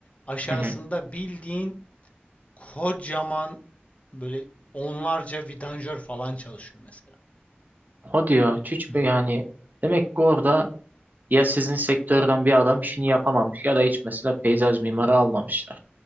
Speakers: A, on the left (about 35°); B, on the right (about 50°).
A: aşağısında
B: hı hı.
A: bildiğin kocaman böyle onlarca vidanjör falan çalışıyor mesela.
B: O diyor hiç
A: Hı hı.
B: böyle yani demek ki orada ya sizin sektörden bir adam işini yapamamış ya da hiç mesela peyzaj mimarı almamışlar.